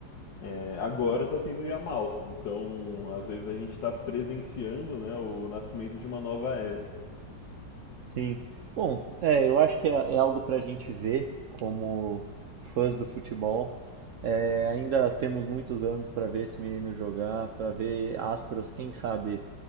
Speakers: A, on the left; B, on the right.
A: É, agora tá tendo Yamal, então às vezes a gente tá presenciando, né, o nascimento de uma nova era.
B: Sim. Bom, é, eu acho que é, é algo para a gente ver como fãs do futebol. É, ainda temos muitos anos para ver esse menino jogar, para ver Astros, quem sabe